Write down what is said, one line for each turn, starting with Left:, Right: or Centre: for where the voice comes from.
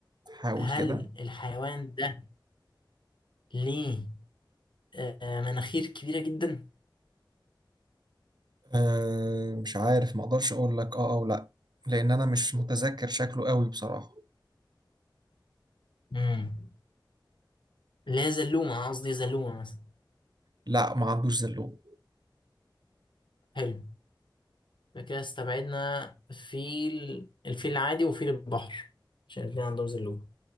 Right: حاول
Left: هل
Right: كده
Left: الحيوان ده ليه آه، مناخير كبيرة جدا؟
Right: أه مش عارف ما اقدرش اقول لك اه او لا لان انا مش متذكر شكله قوي بصراحة
Left: مم. اللي هي زلومة قصدي زلومة مثلا
Right: لا ما عندوش زلوم
Left: حلو فكده استبعدنا فيل الفيل العادي وفيل البحر عشان الاتنين عندهم زلومة